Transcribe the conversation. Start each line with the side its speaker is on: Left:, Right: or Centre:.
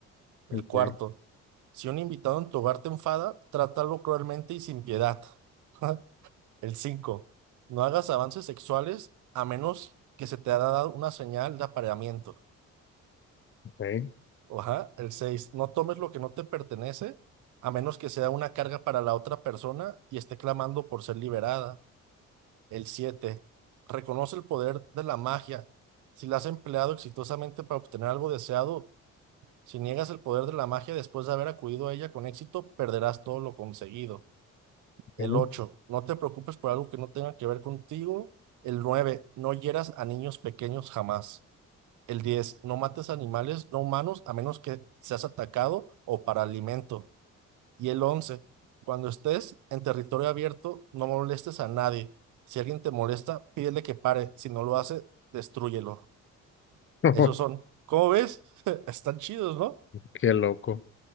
Right: El
Left: okay,
Right: cuarto, si un invitado en tu hogar te enfada, trátalo cruelmente y sin piedad. <laughs> El 5. No hagas avances sexuales a menos que se te haya dado una señal de apareamiento.
Left: okay,
Right: Ajá. El 6. No tomes lo que no te pertenece a menos que sea una carga para la otra persona y esté clamando por ser liberada. El 7. Reconoce el poder de la magia. Si la has empleado exitosamente para obtener algo deseado, si niegas el poder de la magia después de haber acudido a ella con éxito, perderás todo lo conseguido. El
Left: okay,
Right: ocho no te preocupes por algo que no tenga que ver contigo. El nueve no hieras a niños pequeños jamás. El diez no mates animales no humanos a menos que seas atacado o para alimento. Y el once cuando estés en territorio abierto, no molestes a nadie. Si alguien te molesta, pídele que pare. Si no lo hace, destrúyelo.
Left: okay.
Right: Esos
Left: <laughs>
Right: son. ¿Cómo ves? <laughs> Están chidos, ¿no?
Left: Qué loco.